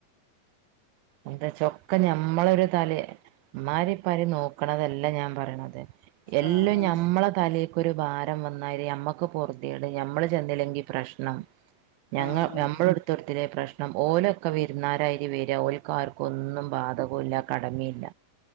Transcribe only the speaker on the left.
ആഹ് ആഹ്
ആഹ് ആഹ്